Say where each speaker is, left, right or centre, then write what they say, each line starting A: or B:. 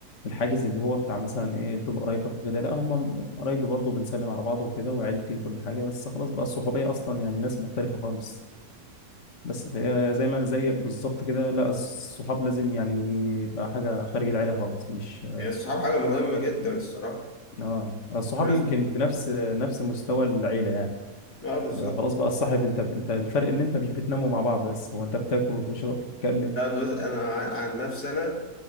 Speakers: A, on the left; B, on the left.
A: الحاجز اللي هو بتاع مثلا ايه دول قرايبك وكده لا هم قرايبي برضه بنسلم على بعض وكده وعيلتي وكل حاجه بس خلاص بقى الصحوبيه اصلا يعني ناس مختلفه خالص بس فهي زي ما زيك بالظبط كده لا الصحاب لازم يعني يبقى حاجه خارج العيله خالص مش
B: يعني الصحاب حاجة مهمة جدا الصراحة
A: اه آه، الصحاب
B: لازم
A: يمكن في نفس نفس مستوى العيله يعني
B: اه بالظبط
A: آه، خلاص بقى الصاحب انت انت الفرق ان انت مش بتناموا مع بعض بس هو انت بتاكل وتشرب وتتكلم
B: لا بص أنا عن نفسي أنا